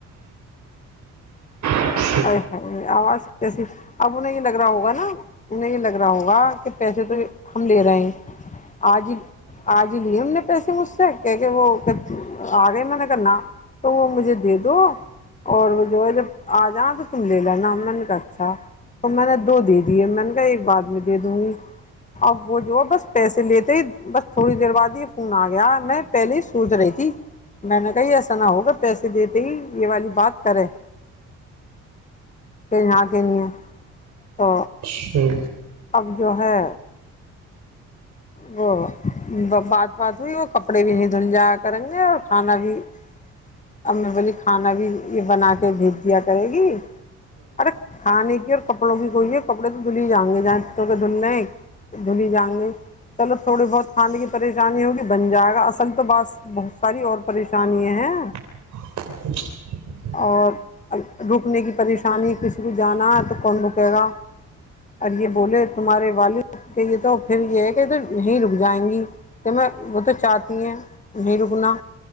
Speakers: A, on the right; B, on the left.
A: اچھا اچھا ہ ہ
B: ا آواز کیسی اب نہیںیں لگ رہا ہوگا نا انیں یہ لگ رہا ہوگا کہ پیسے تو ہم لے رہے ہیں آج ہی آج جی لی ان نے پیسے مجھ سے کہ کہ وہ آ گئے میں نے کہانا تو وہ مجھے دے دو اور وہ جو ہے جب آ جا تو تم لے لینا مے نے کا اچھا تو میں نے دو دے دیے میں نے کہ ایک بعد میں دے دوں گی اب وہ جو ہے بس پیسے لیتے ہی بس تھوڑی دیر بعد یہ فون آ گیا میں پہلے ہی سوچ رہی تھی میں نے کہی ایسا نہ ہوگا پیسے دیتے ہی یہ والی بات کرے کے یہاں کے لیے تو
A: ہی
B: اب جو ہے وہ بات بات ہوئی وہ کپڑے بھی نہیں دھل جایا کریں گے اور کھانا بھی ا میں بولی کھانا بھی یہ بنا کے بھیج دیا کرے گی ارے کھانے کی اور کپڑوں کی کوئی ہے کپڑے تو دھل ہی جائیں گے جہاںوں کے دھلنے دھلی ہی جائیں گے چلو تھوڑی بہت کھانے کی پریشانی ہوگی بن جائے گا اصل تو بس بہت ساری اور پریشانییا ہیں
A: <inaudible>
B: اور رکنے کی پریشانی کسی کو جانا ہے تو کون رکے گا ار یہ بولے تمہارے والد کے یہ تو پھر یہ ہے کہ تو نہیں رک جائیں گی تو میں وہ تو چاہتی ہیں نہیں رکنا